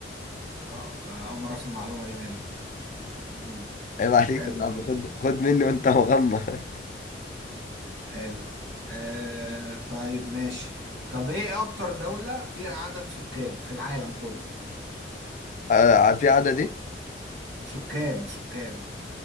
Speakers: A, on the right; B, on the left.
A: اه آه، أول مرة أسمع المعلومة دي منك جديد
B: عيب عليك
A: حلو
B: يا صاحبي خد خد مني وانت مغمى <laughs>
A: حلو آه طيب ماشي طب إيه أكتر دولة فيها عدد سكان في العالم كله؟
B: آه، في عدد ايه؟
A: سكان سكان